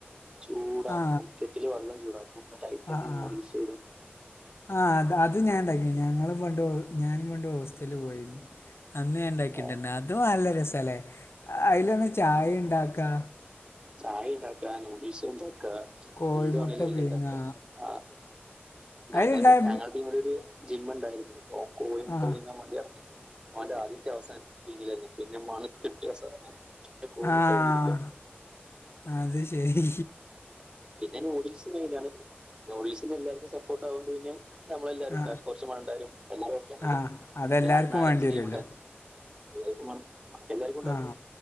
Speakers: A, on the right (about 20°); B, on the left (about 75°).
A: ചൂടാക്കും
B: ആ
A: കെറ്റില് വെള്ളം ചൂടാക്കും. <unintelligible>
B: ആ ആ ആ അ അത് ഞാൻണ്ടാക്കീനീ ഞങ്ങളും പണ്ട് ഹോ ഞാനും പണ്ട് ഹോസ്റ്റൽല് പോയിന്നു അന്ന് ഞാന്ണ്ടാക്കിട്ടുണ്ട്
A: ആ,
B: അതും നല്ല രസാല്ലേ? അയിലെന്നെ ചായീണ്ടാക്കാ
A: ചായയിണ്ടാക്ക, നൂഡിൽസുണ്ടാക്കാ
B: കോഴിമുട്ട
A: എന്തുവേണേലും അയില്ണ്ടാക്ക
B: പിങ്ങുക
A: ആഹാ ഞങ്ങള്
B: അതിലുണ്ടായ
A: ഞങ്ങളുടെ ടീമില് ഒരു ജിമ്മ ഉണ്ടായിരുന്നു അപ്പ കോഴിമുക്കൽ
B: ആ
A: ജിമ്മാൻ വണ്ടി ഇറങ്ങി അവന്റെ ആദ്യത്തെ അവസാനം പിന്നെ <unintelligible>
B: ആഹാ
A: മുട്ട വിങ്ങിയില്ല
B: അത്ശെരി
A: പിന്നെ നൂഡിൽസി മെയിനാണ് നൂഡിൽസ് പിന്നെല്ലാർക്കും സപ്പോർട്ട് ആണോണ്ട് പിന്നെ നമ്മളെല്ലാരും
B: ആ
A: ഉണ്ടായി കൊർച്ച് മഴണ്ടായാലും എല്ലാരും ഓക്കെയാണല്ലോ
B: ആ അതെല്ലാവർക്കും
A: ഒരു നാ നാലഞ്ച്
B: വേണ്ടി വരുമല്ലോ
A: ടീ മുണ്ടായിര്ന്നു <unintelligible> എല്ലാർക്കുണ്ടാവൊപ്പത്
B: ആ